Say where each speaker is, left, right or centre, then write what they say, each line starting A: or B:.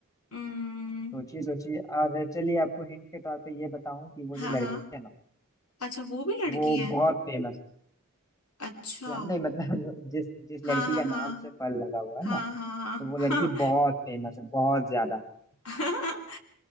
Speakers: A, on the left; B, on the left.
A: हम्म
B: सोचिए सोचिए और चलिए आपको हिंट के तौर पे ये बताऊं कि वो
A: हाँ
B: जो
A: हाँ
B: लड़की है ना
A: अच्छा वो भी लड़की
B: वो
A: है
B: बहुत फेमस
A: अच्छा
B: या नहीं मतलब <laughs> जिस जिस
A: हाँ
B: लड़की
A: हाँ
B: का नाम
A: हाँ
B: से फल लगा हुआ है ना
A: हाँ हाँ
B: तो वो
A: हाँ
B: लड़की बहुत फेमस है बहुत ज्यादा
A: <laughs>